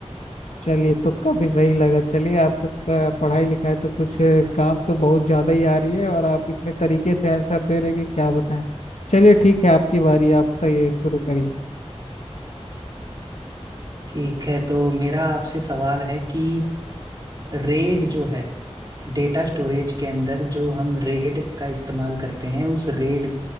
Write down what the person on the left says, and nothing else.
चलिए तुक्का भी सही लगा चलिए आपका का- पढ़ाई लिखाई तो कुछ अ, काम तो बहुत ज़्यादा ही आ रही है और आप इतने तरीके से आंसर दे रहे हैं कि क्या बताएं चलिए ठीक है आपकी बारी आप तो ये शुरू करिए